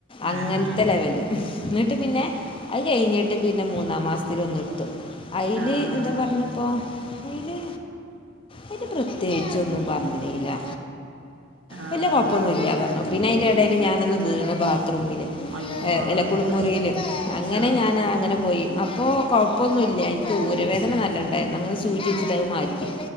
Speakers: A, on the left; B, on the right.
A: അങ്ങൻത്തെ
B: ആഹ്
A: ലെവല് മ് ഹ്. ന്ന്ട്ട് പിന്നെ അഹ് കെയ്ഞ്ഞിട്ട് പിന്നെ മൂന്നാം മാസ്ത്തില് ഒന്ന് എടുത്തു. അയില്
B: ആഹ് ആഹ്
A: എന്താ പർണ് പ്പോ? ഐല് <unintelligible> പ്രത്യേച്ചൊന്നും പറഞ്ഞില
B: ആഹ്
A: വെല്ല്യ കൊഴപ്പൊന്നുല്ല്യാ
B: ആഹ്
A: പർണു പിന്നെ അയിന്റെ എടെല് ഞാനൊന്ന് വീണ് ബാത്റൂമില്.
B: അയ്യോ ആഹ്
A: ങ്ങനെ
B: അതും
A: ക്കുളുമൂറീല്
B: പ്രശ്ന
A: അങ്ങനെ
B: ആഹ്
A: ഞാനാ അങ്ങനെ പോയി അപ്പോ കൊഴപ്പന്നുല്ല ൻക്ക് ഊരവേദന നല്ല ണ്ടായ്രുന്നു അങ്ങനെ സൂചിച്ചിട്ട അഹ് മാറ്റി.